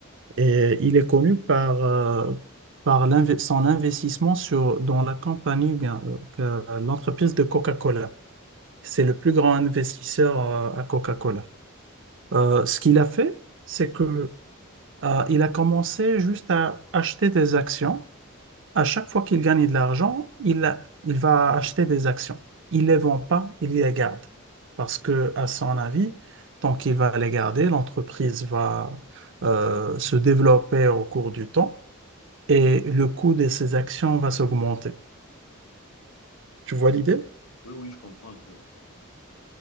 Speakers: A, on the right; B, on the left.
A: Et il est connu par, euh, par l'inve- son investissement sur, dans la compagnie, ou bien, euh, que- l'entreprise de Coca-Cola. C'est le plus grand investisseur euh, à Coca-Cola. Euh, ce qu'il a fait, c'est que euh, il a commencé juste à acheter des actions à chaque fois qu'il gagne de l'argent, il, a- il va acheter des actions. Il les vend pas, il les garde. Parce que, à son avis, tant qu'il va les garder, l'entreprise va euh, se développer au cours du temps et le coût de ses actions va s'augmenter. Tu vois l'idée?
B: Oui, oui, je comprends un peu.